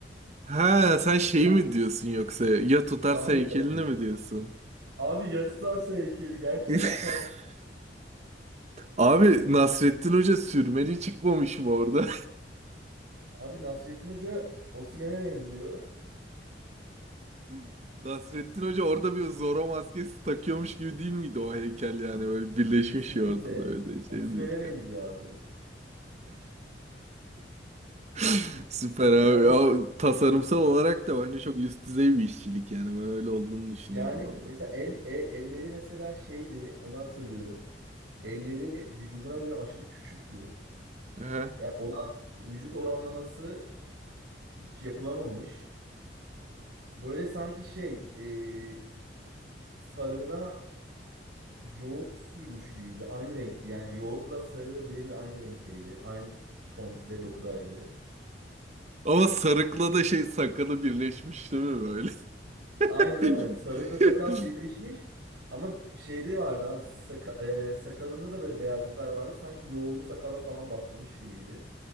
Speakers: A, on the right (about 40°); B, on the right (about 80°).
A: Ha sen şeyi
B: Ah,
A: mi diyorsun yoksa ya tutarsa
B: Tahmin
A: heykelini
B: et bakayım.
A: mi diyorsun?
B: Abi ya tutarsa heykeli gerçekten.
A: <laughs> Abi Nasrettin Hoca sürmeli çıkmamış mı orada?
B: Abi Nasrettin Hoca Osimhen'e benziyor.
A: <laughs> Nasrettin Hoca orada bir Zorro maskesi takıyormuş gibi değil miydi o heykel yani böyle
B: <laughs>
A: birleşmiş
B: Kesinlikle
A: ya ortada öyle şey
B: Osimhen'e
A: değil
B: benziyor
A: yani.
B: abi.
A: <laughs> Süper abi.
B: Yani
A: Ya, tasarımsal olarak da bence çok üst düzey bir işçilik yani ben öyle olduğunu düşünüyorum
B: Yani
A: abi.
B: mesela el, el- elleri mesela şeydi onu hatırlıyorum. Elleri vücuduna göre aşırı küçüktü.
A: Aha.
B: Yani oran vücut oranlaması hiç yapılamamış. Böyle sanki şey e, sarığına yoğurt sürmüş gibiydi. Aynı renkti. Yani yoğurtla sarı birebir aynı renkteydi. Aynı ton ve dokudaydı.
A: Ama sarıkla da şey sakalı birleşmiş değil mi böyle?
B: Aynen
A: <laughs>
B: aynen. Sarıkla sakal birleşmiş. Ama şeyde vardı abi saka- e, sakalında da böyle beyazlıklar vardı. Sanki yoğurdu sakala falan batırmış gibiydi.